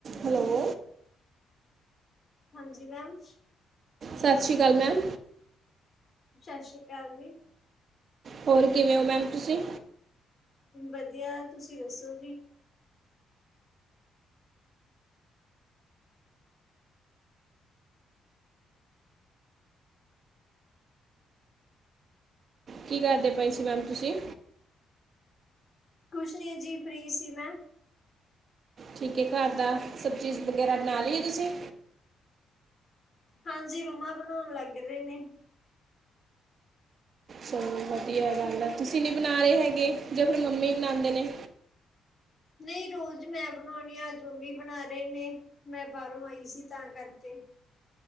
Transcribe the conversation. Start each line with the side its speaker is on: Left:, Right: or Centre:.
Right: Hello.
Left: ਹਾਂਜੀ ma'am.
Right: ਸਤਿ ਸ਼੍ਰੀ ਕਾਲ ਮੈਮ।
Left: ਸਤਿ ਸ੍ਰੀ ਕਾਲ ਜੀ।
Right: ਹੋਰ, ਕਿਵੇਂ ਔ, ਮੈਮ ਤੁਸੀਂ?
Left: ਵਧੀਆ, ਤੁਸੀਂ ਦੱਸੋ ਜੀ।
Right: ਕੀ ਕਰਦੇ ਪਏ ਸੀ, ਮੈਮ ਤੁਸੀਂ?
Left: ਕੁਛ ਨਹੀਂ ਜੀ, ਫਰੀ ਸੀ ਮੈਂ।
Right: ਠੀਕ ਐ, ਘਰ ਦਾ ਸਭ ਚੀਜ਼ ਵਗੈਰਾ, ਬਣਾ ਲਈ ਏ ਤੁਸੀਂ?
Left: ਹਾਂਜੀ, ਮੰਮਾ ਬਣਾਉਣ ਲੱਗ ਰਹੇ ਨੇ
Right: ਚਲੋ ਵਧੀਆ ਗੱਲ ਐ, ਤੁਸੀਂ ਨੀ ਬਣਾ ਰਹੇ ਹੈਗੇ, ਜਾਂ ਫਿਰ ਮੰਮੀ ਬਣਾਉਂਦੇ ਨੇ।
Left: ਨਹੀਂ ਰੋਜ਼, ਮੈਂ ਬਣਾਉਣੀ ਆ, ਅੱਜ ਮੰਮੀ ਬਣਾ ਰਹੇ ਨੇ, ਮੈਂ ਬਾਹਰੋਂ ਆਈ ਸੀ ਤਾਂ ਕਰਕੇ।